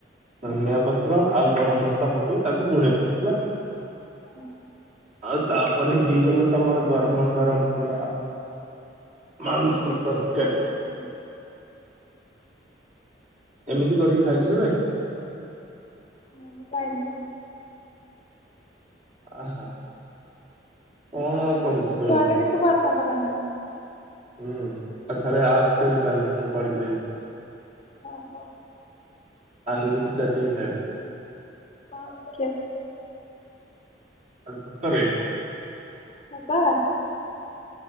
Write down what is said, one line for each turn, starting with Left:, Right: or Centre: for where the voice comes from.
Right: ଧନିଆ
Left: ହଁ
Right: ପତ୍ର ଆଉ ଗରମ ମସଲା ପକେଇ ତାକୁ ଘୋଡେଇ ଦବ ହେଲା।
Left: <inaudible>
Right: ଆଉ ତାପରେ ହେଇଗଲା ତମର ଗରମା ଗରମ ପୁରା ମାଂସ ତରକାରୀ।
Left: <inaudible>
Right: ଏମିତି କରିକି ଖାଇଚୁ କେବେ?
Left: ହଁ ଖାଇନି ବା
Right: ଆହା କଣ ଆଉ କରୁଚୁ
Left: ଆମ
Right: ତୁ
Left: ଘରେ
Right: ଆଉ।
Left: କିନ୍ତୁ ଭଲ କରନ୍ତି
Right: ହୁଁ ଆ ଥରେ ଆସ କେବେ ତାହେଲେ ମୁଁ କରିିକି ଦେବି।
Left: ହଁ ହଁ।
Right: ଆଂଗୁଡି ଚାଟିକି ଖାଇବ।
Left: ହଁ ଦେଖିଆ।
Right: ଆରେ ସତରେ।
Left: ହପା।